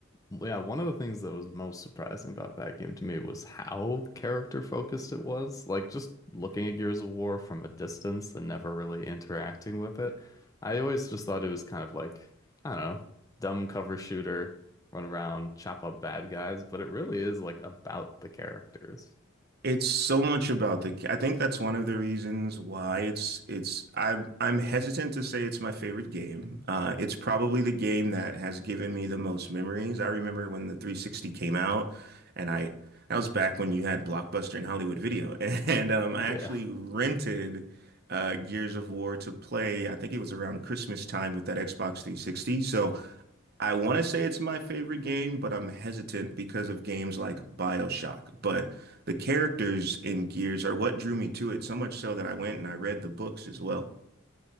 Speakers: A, on the left (about 15°); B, on the right (about 50°).
A: yeah, one of the things that was most surprising about that game to me was how character focused it was. Like just looking at Gears of War from a distance and never really interacting with it. I always just thought it was kind of like, I don't know, dumb cover shooter, run around, chop up bad guys, but it really is like about the characters.
B: It's so much about the. I think that's one of the reasons why it's it's. I'm I'm hesitant to say it's my favorite game. Uh, it's probably the game that has given me the most memories. I remember when the 360 came out, and I that was back when you had Blockbuster and Hollywood Video, <laughs> and um, I actually
A: Yeah.
B: rented uh, Gears of War to play. I think it was around Christmas time with that Xbox 360. So I want to say it's my favorite game, but I'm hesitant because of games like BioShock. But the characters in Gears are what drew me to it, so much so that I went and I read the books as well.